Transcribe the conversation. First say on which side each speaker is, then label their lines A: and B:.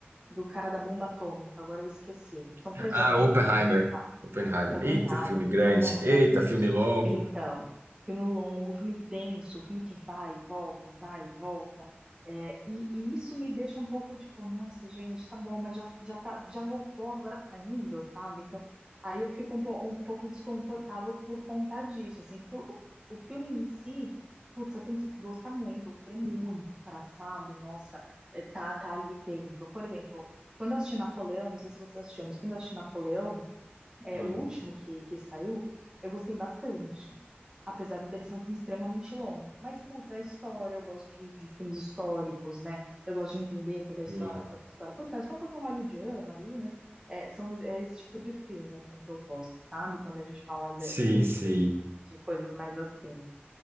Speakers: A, on the right; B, on the right.
A: Do cara da bomba atômica, agora eu esqueci. São
B: Ah,
A: três horas
B: Oppenheimer.
A: de filme, e tal.
B: Oppenheimer.
A: Oppenheimer,
B: Eita, filme grande.
A: como, né,
B: Eita, filme longo.
A: então, filme longo, filme denso, filme que vai, volta, vai, volta. É, e, e isso me deixa um pouco tipo, nossa, gente, tá bom, mas já, já, tá, já voltou, agora tá indo, sabe? Então, aí eu fico um, po- um pouco desconfortável por conta disso, assim, porque o, o filme em si, putz, você tem que gostar muito, ou querer muito pra, sabe? Nossa, é, tá, tá ali dentro. Por exemplo, quando eu assisti Napoleão, não sei se você assistiu, mas quando eu assisti Napoleão, é,
B: Hum,
A: o último que, que saiu, eu gostei bastante. Apesar dele ser um filme extremamente longo. Mas, puta, a história, eu gosto de, de filmes históricos, né? Eu gosto de entender toda a história.
B: sim.
A: A história. Puta, é só um pouquinho hollywoodiano ali, mas é, são, é esse tipo de filme, assim, que eu gosto, sabe? Quando a gente fala de,
B: Sim,
A: de,
B: sim.
A: de, de coisas mais assim.